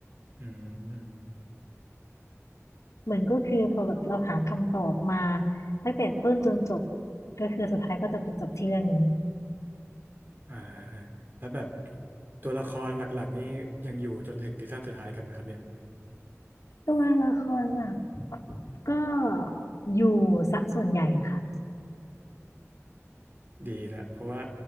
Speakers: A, on the right; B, on the left.
A: อืม
B: เหมือนก็คือพอแบบเราหาคำตอบมาตั้งแต่ต้นจนจบก็คือสุดท้ายก็จะไปจบที่เรื่องนี้
A: อ่าแล้วแบบตัวละครหลักๆนี่ยังอยู่จนถึงซีซั่นสุดท้ายกันไหมครับเนี่ย
B: ตัวละครหลักก็อยู่ซะส่วนใหญ่ค่ะ
A: ดีละเพราะว่า